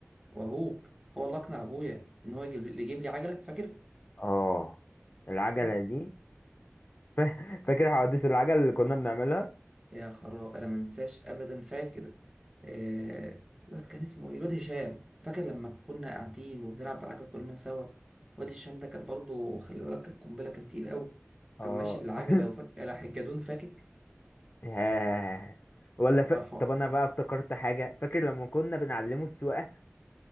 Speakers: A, on the right; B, on the left.
A: وابوك هو اللي اقنع ابويا ان هو يجيب لي يجيب لي عجله فاكر
B: اه العجلة
A: فاكر
B: دي <laughs> فاكر حوادث العجل اللي كنا بنعملها
A: يا خراب انا ما انساش ابدا فاكر آه... الواد كان اسمه ايه الواد هشام فاكر لما كنا قاعدين وبنلعب بالعجله كلنا سوا الواد هشام ده كان برضو خلي بالك كان قنبله كان تقيل قوي كان
B: اه
A: ماشي بالعجله
B: <laughs>
A: وفك راح الجدون فاكك
B: ياه. ولا
A: وراح
B: ف...
A: هو-
B: طب انا بقى افتكرت حاجه فاكر لما كنا بنعلمه السواقه